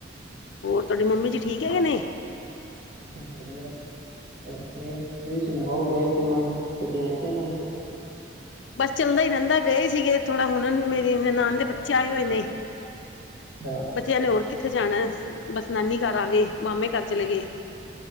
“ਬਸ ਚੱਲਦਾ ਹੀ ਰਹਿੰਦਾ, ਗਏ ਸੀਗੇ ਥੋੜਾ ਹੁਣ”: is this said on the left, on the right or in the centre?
Left